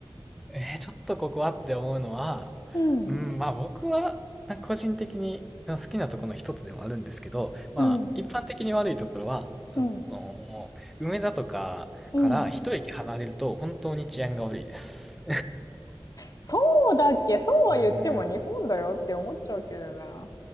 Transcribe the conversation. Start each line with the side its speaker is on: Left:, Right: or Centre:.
Centre: えー、ちょっとここはって思うのは、
Left: うん、
Centre: うん、まあ僕は、なんか個人的に好きなところの一つでもあるんですけど、まあ一般的に悪いところは、
Left: うん、
Centre: あの、
Left: うん、
Centre: 梅田とかから一駅離れると本当に治安が悪いです。
Left: うん。そうだっけ？そうは言っても日本だよって思っちゃうけどな。
Centre: うん、